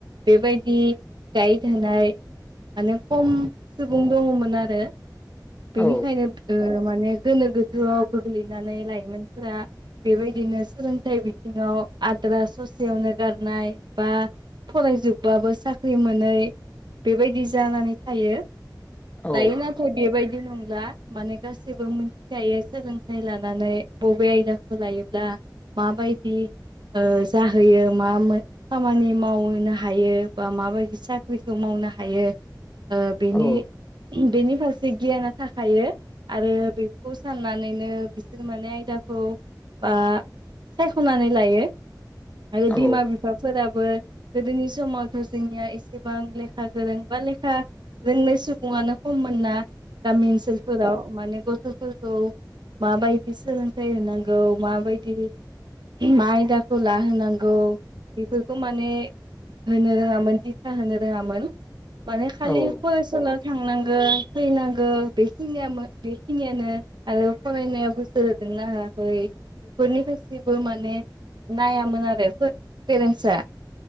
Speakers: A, on the right; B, on the left.
A: बेबायदि गाइड होनाय माने खम सुबुं दङमोन आरो बेनिखायनो
B: औ
A: ओ माने गोनो गोथोआव गोग्लैनानै लाइमोनफोरा बेबायदिनो सोलोंथाइ बिथिङाव आद्रा ससेयावनो गारनाय बा फरायजोबबाबो साख्रि मोनै बेबायदि जानानै थायो
B: औ
A: दायो नाथाय बेबायदि बिदि नंला माने गासैबो मिथिखायो सोलोंथाइ लानानै बबे आयदाखौ लायोब्ला मााबायदि जाहोयो मा खामानि मावनो हायो बा माबायदि साख्रिखौ मावनो हायोनिनि ओ बिनि
B: औ
A: ओ बिनि माखासे गियाना थाखायो आरो बेखौ साननानैनो बिसोर माने आयदाखौ बा सायखनानै लायो आरो
B: औ
A: बिमा बिफाफोराबो गोदोनि समावथ जोंनिया एसेबां लेखा गोरों बा लेखा रोंनाय सुबुङानो खम <unintelligible> गामि ओनसोलफोराव माने गथ फोरखौ माबायदि सोलोंथाइ होनांगौ माबायदि मा आयदाखौ लाहोनांगौ बेफोरखौ माने होनो रोङामोन दिथा होनो रोङामोन माने खालि
B: औ
A: फरायसालि थांनांगौ फैनांगौ बेनिय बेखिनियानो आरो फरायनायाव गोसो हो होदों ना हायाखै बेफोरनिफ्राय बो माने नायामोन आरो पेरेन्टस